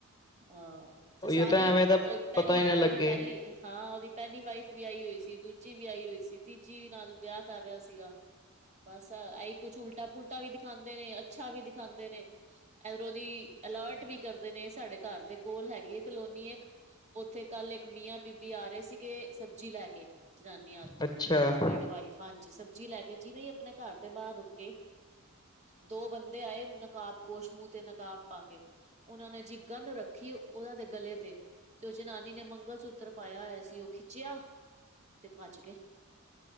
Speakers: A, on the right; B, on the left.
A: ਅਹ। ਤੇ
B: ਉਹੀਓ
A: ਸਾਰੀ
B: ਤਾਂ ਐਵੇਂ ਤਾਂ
A: ਓ ਪੈਲੀ,
B: ਪਤਾ ਹੀ ਨਾ ਲੱਗੇ।
A: ਓਦੀ ਪੈਲੀ, ਹਾਂ ਓਦੀ ਪੈਲੀ ਵਾਈਫ ਵੀ ਆਈ ਹੋਈ ਸੀ, ਦੂਜੀ ਵੀ ਆਈ ਹੋਈ ਸੀ, ਤੀਜੀ ਵੀ ਨਾਲ ਵਿਆ ਕਰ ਰਿਆ ਸੀਗਾ। ਬਸ ਏਈ ਕੁਛ ਉਲਟਾ-ਪੁਲਟਾ ਵੀ ਦਿਖਾੰਦੇ ਨੇ, ਅੱਛਾ ਵੀ ਦਿਖਾੰਦੇ ਨੇ। ਏਧਰੋਂ ਦੀ ਅਲਰਟ ਵੀ ਕਰਦੇ ਨੇ, ਸਾਡੇ ਘਰ ਦੇ ਕੋਲ ਹੈਗੀ ਏ ਕਲੋਨੀ ਏਕ ਓਥੇ ਕੱਲ ਇੱਕ ਮੀਆਂ ਬੀਬੀ ਆ ਰਏ ਸੀਗੇ ਸਬਜੀ ਲੈ ਕੇ ਜਨਾਨੀ-ਆਦਮੀ,
B: ਅੱਛਾ,
A: ਹਸਬੈਂਡ -ਵਾਈਫ ਹਾਂਜੀ ਸਬਜ਼ੀ ਲੈ ਕੇ ਜਿਵੇਂ ਈ ਆਪਣੇ ਘਰ ਦੇ ਬਾਰ ਰੁਕੇ ਦੋ ਬੰਦੇ ਆਏ ਨਕਾਬ ਪੋਸ਼, ਮੂਹ ਤੇ ਨਕਾਬ ਪਾ ਕੇ ਓਨਾਂ ਨੇ ਜੀ ਗੰਨ ਰੱਖੀ ਓਨਾਂ ਦੇ ਗਲੇ ਤੇ ਤੇ ਓ ਜਨਾਨੀ ਨੇ ਮੰਗਲ-ਸੂਤਰ ਪਾਇਆ ਹੋਇਆ ਸੀ ਓ ਖਿੱਚਿਆ, ਤੇ ਪੱਜਗੇ।